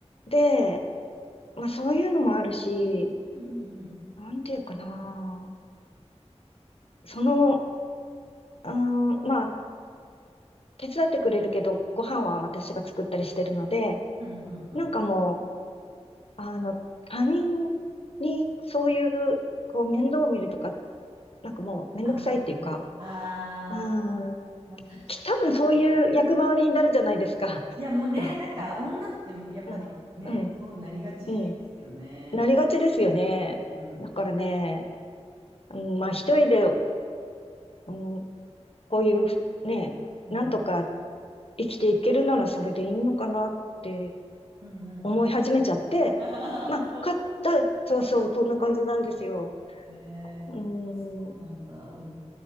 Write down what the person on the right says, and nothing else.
うんうんうん。
うんうんうん。
ああ、ああ、
まあ確かに。
いやもうね、
なんか女ってやっぱりね、
そうなりがちですよね。
うん。
うん。
うんうんうん
あー
<laughs> そ
う。えー、
そうなんだ。でも、